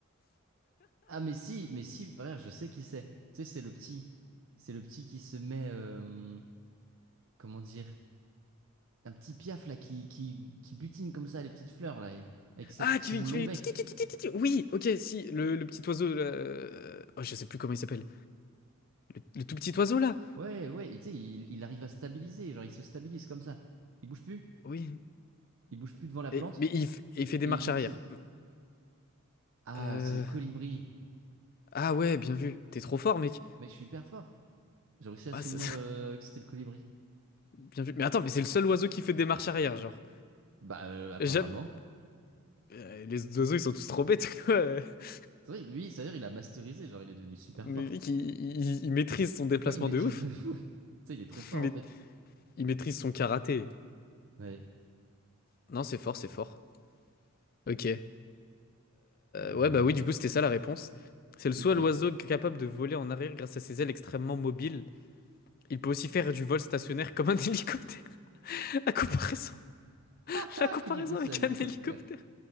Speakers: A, on the right; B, on the left.
A: Ah mais si, mais si, frère, je sais qui c'est. Tu sais, c'est le petit, c'est le petit qui se met, euh, comment dire, un petit piaf là, qui, qui, qui butine comme ça les petites fleurs là, et- avec sa-
B: Ah,
A: son
B: qui fait, qui
A: long
B: fait...
A: bec.
B: ti, ti, ti, ti, ti, ti, Oui, ok, si, le, le petit oiseau, là... euh, oh, je sais plus comment il s'appelle. Le, le tout petit oiseau, là.
A: Ouais, ouais, et tu sais, il, il arrive à stabiliser, genre il se stabilise comme ça. Il bouge plus,
B: Oui.
A: il bouge plus devant la plante
B: Et- mais il, f- il fait des
A: et
B: marches
A: il butine.
B: arrière.
A: Ah,
B: Euh,
A: c'est le colibri.
B: Ah ouais, bien vu. T'es trop fort, mec.
A: Mais je suis hyper fort. J'ai réussi à
B: Ah,
A: souvenir
B: ça-
A: euh, que c'était le colibri.
B: <laughs> bien vu. Mais attends, mais c'est le seul oiseau qui fait des marches arrière, genre.
A: Bah euh, apparemment.
B: J'aime... euh, les oiseaux, ils sont tous trop bêtes, quoi. <laughs>
A: C'est vrai, lui, c'est-à-dire il a masterisé, genre il est devenu super
B: Mais
A: fort.
B: mec, il, il- il maîtrise son déplacement
A: Ouais, il maîtrise
B: de ouf.
A: de fou. <laughs> Tu sais, il est trop fort
B: Mais
A: en fait.
B: il maîtrise son karaté.
A: Ouais.
B: Non, c'est fort, c'est fort. Ok.
A: Euh,
B: Ouais, bah oui, du coup, c'était ça la réponse. C'est le
A: ok.
B: soit l'oiseau
A: <laughs>
B: capable de voler en arrière grâce à ses ailes extrêmement mobiles. Il peut aussi faire du vol stationnaire comme un <laughs> hélicoptère. La comparaison,
A: Ah,
B: la comparaison
A: colibri, c'est
B: avec
A: un hélicoptère.
B: un hélicoptère.